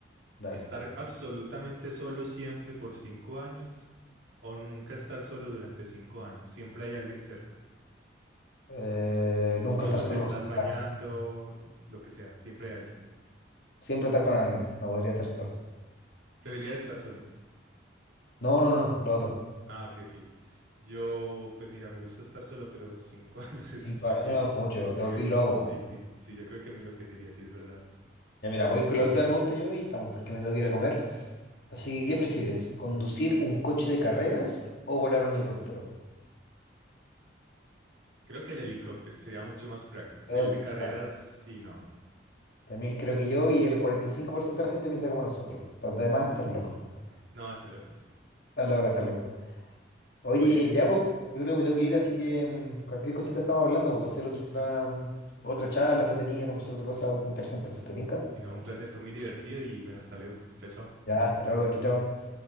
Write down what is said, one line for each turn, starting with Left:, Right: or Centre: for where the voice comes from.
Left: Dale.
Right: Estar absolutamente solo siempre por cinco años o nunca estar solo durante cinco años. Siempre hay alguien cerca.
Left: Eh, nunca
Right: Incluso
Left: estar solo
Right: te estás
Left: por cinco
Right: bañando,
Left: años.
Right: lo que sea, siempre hay alguien.
Left: Siempre estar con alguien. No podría estar solo.
Right: Preferirías estar solo.
Left: No, no, no, no. Lo otro.
Right: Ah, ok, ok. Yo, pues mira, me gusta estar solo, pero cinco <laughs> años es
Left: Cinco
Right: mucho
Left: años
Right: tiempo.
Left: es mucho.
Right: <laughs>
Left: Te volví loco, weón.
Right: Sí, sí, sí, yo creo que me enloquecería, sí, es verdad.
Left: Ya mira, voy con la última pregunta yo y estamos porque me tengo que ir a comer. Así
Right: Sí,
Left: que, ¿qué
Right: sí.
Left: prefieres? ¿Conducir un coche de carreras o volar un helicóptero?
Right: Creo que el helicóptero sería mucho más práctico. En
Left: Yo
Right: el de carreras,
Left: también
Right: sí, no.
Left: también creo que yo y el 45% de la gente piensa como nosotros. Los demás
Right: Sí, sí,
Left: están
Right: aquí.
Left: locos.
Right: No, hasta luego. No.
Left: Estás loco, estás loco. Oye,
Right: Oye, pues,
Left: ya, pues, yo creo que me tengo que ir, así que mm, cualquier cosita estamos hablando, pues, va a ser otra, mm, otra charla entretenida, conversar de cosas interesantes. ¿Te tinca?
Right: si no, un placer, fue muy divertido y bueno, hasta luego. Chao, chao.
Left: Ya, hasta luego, chao, chao.